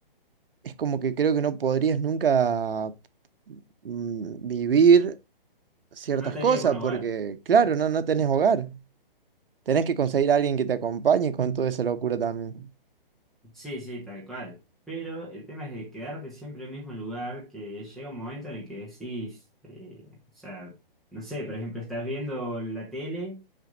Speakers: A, on the right (about 70°); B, in the centre.
A: es como que creo que no podrías nunca mm, vivir ciertas
B: no te
A: cosas,
B: harías un hogar.
A: porque claro, no, no tenés hogar. Tenés que conseguir a alguien que te acompañe con toda esa locura también.
B: Sí, sí, tal cual. Pero el tema es de quedarte siempre en el mismo lugar, que llega un momento en el que decís, eh, o sea, no sé, por ejemplo, estás viendo la tele,